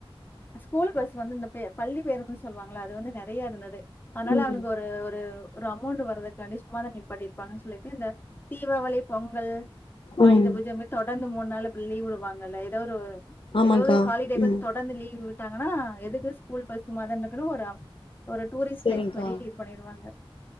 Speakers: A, on the left; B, on the left.
A: ஸ்கூல் பஸ் வந்து இந்த பே பள்ளி பேருந்துன்னு சொல்லுவாங்களா அது வந்து நெறையா இருந்தது அதனால
B: ம்
A: அவனுக்கு ஒரு ஒரு ஒரு அமௌண்ட் வருது கணிசமாத நிப்பாடி இருப்பாங்கன்னு சொல்லிட்டு இந்த தீபாவளி பொங்கல்
B: ம்
A: ஆயத பூஜ இந்மாரி தொடந்து மூண் நாள் இப்ப லீவ் விடுவாங்கல்ல எதோ ஒரு
B: ஆமாக்கா
A: எதாவ்து ஹாலிடேக்
B: ம்
A: வந்து தொடந்து லீவ் வி ட்டாங்கன்னா எதுக்கு ஸ்கூல் பஸ் சும்மாதானகுது ஒரு ஒரு டூரிஸ்
B: செரிங்க்கா
A: ப்ளேஸ் மாரி இரு பண்ணிருவாங்க